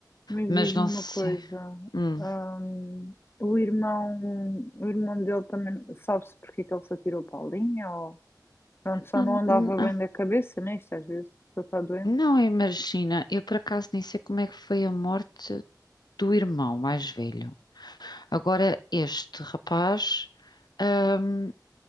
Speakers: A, on the left; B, on the left.
A: Mas
B: Mas
A: diz-me
B: não sei.
A: uma coisa,
B: Hum.
A: hum, o irmão, o irmão dele também sabe-se porque é que ele se atirou para a linha ou pronto, só
B: Não,
A: não andava
B: não,
A: bem da cabeça, né? Isto às vezes a pessoa está doente.
B: não imagina, eu por acaso nem sei como é que foi a morte do irmão mais velho. Agora, este rapaz, hum,